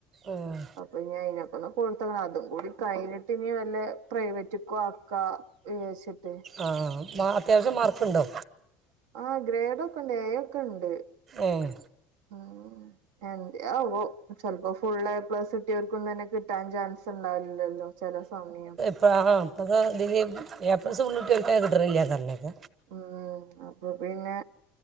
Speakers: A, on the right; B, on the right.
A: ആഹ്
B: അപ്പോയിനി അയിനാ <unintelligible> കൊടുത്തഭാഗംകൂടി. കഴിഞ്ഞിട്ട് ഇനി വല്ല പ്രൈവറ്റക്കോ ആക്കാ വിചാരിച്ചട്ടെ
A: ആഹ് മാ അത്യാവശ്യം മാർക്കുണ്ടൊ
B: ആഹ് ഗ്രേഡോക്കൊണ്ട് എ ഒക്കെണ്ട്
A: ഏഹ്
B: ഉം എന്ത് ആവോ ചെലപ്പോ ഫുള്ള് എ പ്ലസ് കിട്ടിയൊര്ക്കുന്നെന്നേ കി കിട്ടാൻ ചാൻസ്ണ്ടാവില്ലല്ലോ ചെല സമയം
A: പ്പാ പ്പാക്ക ഇതില് എ പ്ലസ് ഫുള്ള് കിട്ട്യോര്ക്ക ക്കിട്ണ്ല്ല്യ പർഞ്ഞേകാ
B: ആഹ് അപ്പൊ പിന്നെ